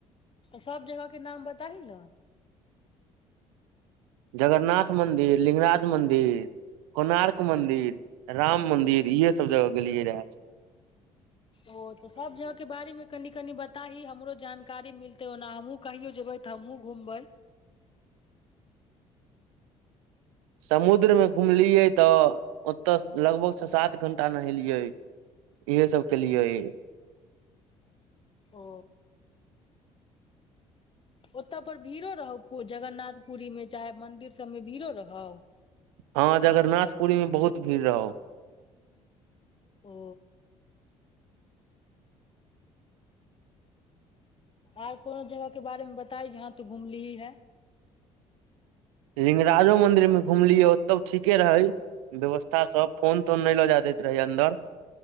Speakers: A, on the left; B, on the right.
A: सब जगह के नाम बताही ने
B: जगन्नाथ मन्दिर लिंगराज मन्दिर कोणार्क मंदिर राम मंदिर इहे सब जगह गेलियै रहए
A: ओ तऽ सब जगहके बारे मे कनि कनी बताही हमरो जानकारी मिलते ओना हमहूँ कहियो जेबै तऽ हमहूँ घूमबै
B: समुद्रमे घुमलियै तऽ ओतऽ लगभग छ सात घंटा नहेलियै इहे सब केलियए
A: ओ ओतऽ पर भीड़ो रहौ जगन्नाथ पुरी मे चाहे मंदिर सबमे भीड़ो रहौ
B: हँ जगरनाथ पुरी मे बहुत भीड़ रहौ
A: ओ। आर कोनो जगहके बारेमे बताई जहाँ तो घुमली है।
B: लिगराजो मंदिरमे घुमलियै ओतौ ठीके रहै। व्यवस्था सभ फोन तोन नहि लऽ जाय दैत रहै अन्दर।